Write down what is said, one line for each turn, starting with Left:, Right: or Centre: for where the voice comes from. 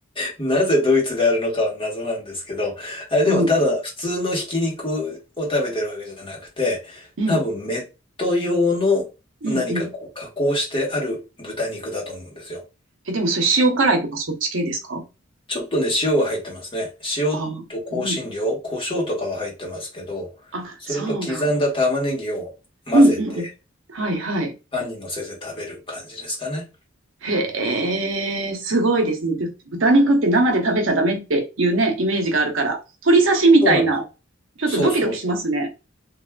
Left: なぜドイツであるのかは謎なんですけど、あれでもただ普通のひき肉を食べてるわけじゃなくて、
Right: うん、うん、う
Left: 多分メット用の何かこう加工してある豚肉だと思うんですよ。
Right: ん、うん。え、でもそれ塩辛いとかそっち系ですか
Left: ちょっとね、塩が入ってますね。塩と香辛料、
Right: ああうん。
Left: 胡椒とかは入ってますけど、
Right: あ、
Left: それと刻んだ玉ねぎを混ぜて
Right: そうなんだ。うん、うん、うん。はい、はい。
Left: パンに乗せて食べる感じですかね。
Right: へえ、すごいですね。ぶ豚肉って生で食べちゃダメっていうね、イメージがあるから、鶏刺しみたいな、
Left: そうなんですよ。
Right: ちょっとドキドキしますね。
Left: そうそうそう。